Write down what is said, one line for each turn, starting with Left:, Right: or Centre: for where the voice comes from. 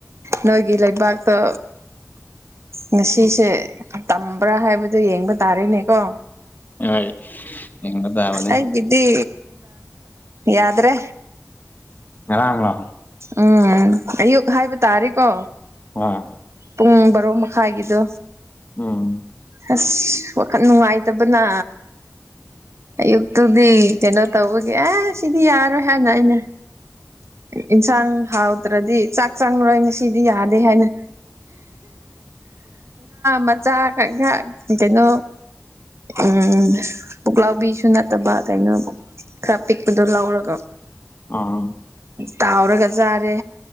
Right: ꯅꯣꯏꯒꯤ ꯂꯩꯕꯥꯛꯇꯣ ꯉꯁꯤꯁꯦ ꯇꯝꯕ꯭ꯔꯥ ꯍꯥꯏꯕꯗꯣ ꯌꯦꯡꯕ ꯇꯥꯔꯦꯅꯦ ꯀꯣ
Left: ꯍꯣꯏ ꯌꯦꯡꯒꯗꯕꯅꯦ
Right: ꯑꯩ ꯗꯤ ꯌꯥꯗ꯭ꯔꯦ
Left: ꯉꯔꯒꯥ
Right: ꯎꯝ ꯑꯌꯨꯛ ꯍꯥꯏꯕ ꯇꯥꯔꯦꯀꯣ
Left: ꯑ
Right: ꯄꯨꯡ ꯕꯥꯔꯣ ꯃꯈꯥꯏꯒꯤꯗꯣ
Left: ꯎꯝ
Right: ꯑꯁ ꯋꯥꯈꯜ ꯅꯨꯡꯉꯥꯏꯇꯕꯅ ꯌꯛꯇ ꯇꯨꯗꯤ ꯀꯩꯅꯣ ꯇꯧꯕꯒꯦ ꯁꯤꯗꯤ ꯌꯥꯔꯣꯏ ꯍꯥꯏꯥꯟꯅ ꯑꯩꯅ ꯏꯟꯁꯥꯡ ꯍꯥꯎ ꯅꯠꯇ꯭ꯔꯗꯤ ꯆꯥꯛ ꯆꯥꯡꯉꯔꯣꯏ ꯉꯁꯤꯗꯤ ꯌꯥꯗꯦ ꯍꯥꯏꯅ ꯉꯥ ꯆ ꯈꯛ ꯈ ꯀꯩꯅꯣ ꯎꯝ ꯄꯨꯛꯂꯥꯎꯕꯤꯁꯨ ꯅꯠꯇꯕ ꯀꯩꯅꯣ ꯀ ꯄꯛꯄꯗꯨꯔ ꯂ ꯎꯔꯒ
Left: ꯑꯥ
Right: ꯇꯥꯎꯔꯒ ꯆꯥꯔꯦ